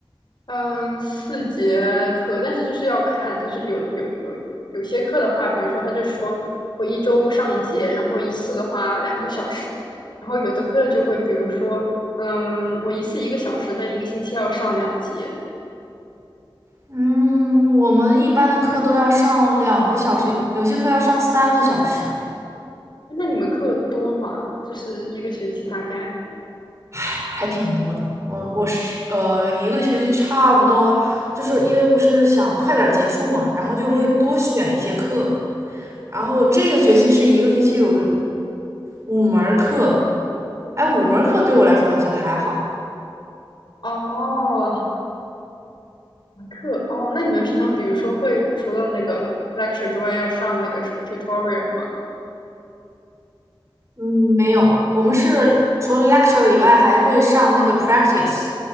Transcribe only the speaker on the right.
嗯，我们一般的课都要上两个小时，有些课要上三个小时，
唉，还挺多的。我我是呃，一个学期差不多，就是因为不是想快点儿结束嘛，然后就会多选一些课。
然后这个学期是一个学期有五门儿课，哎，五门儿课对我来说好像还好。
嗯，没有，我们是除了 lecture 以外，还会上那个 practice。